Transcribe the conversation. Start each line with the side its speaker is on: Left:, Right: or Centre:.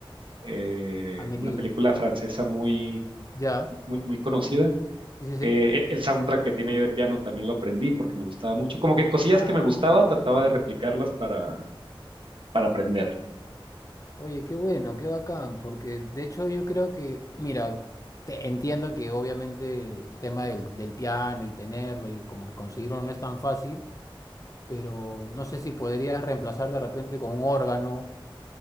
Right: eh,
Left: Amélie,
Right: una película francesa muy,
Left: ya.
Right: muy, muy conocida.
Left: Sí, sí, sí.
Right: Eh, e- el soundtrack que tiene ahí de piano también lo aprendí porque me gustaba mucho, como que cosillas
Left: Ah,
Right: que me gustaba
Left: qué
Right: trataba
Left: rico.
Right: de replicarlas para, para aprender. <laughs>
Left: Oye, qué bueno, qué bacán, porque de hecho yo creo que, mira, te- entiendo que obviamente el tema del, del piano y tenerlo y como que conseguirlo no es tan fácil, pero no sé si podrías reemplazar de repente con un órgano,